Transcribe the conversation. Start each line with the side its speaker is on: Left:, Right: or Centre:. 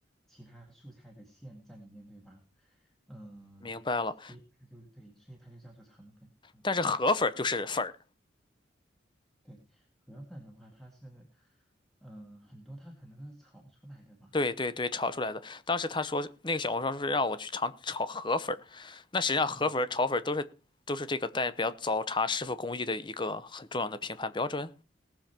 Centre: 其他素菜的馅在里面，对吧？嗯、
Left: 明白了。
Centre: 所以它就对，所以它就叫做肠粉。嗯
Left: 但是河粉儿就是粉儿，
Centre: 对，河粉的话，它是，嗯、很多它可能都是炒出来的吧。
Left: 对对对，炒出来的。当时他说那个小红书上是让我去尝炒河粉儿，那实际上河粉儿、
Centre: 嗯，
Left: 炒粉儿都是都是这个代表早茶师傅工艺的一个很重要的评判标准。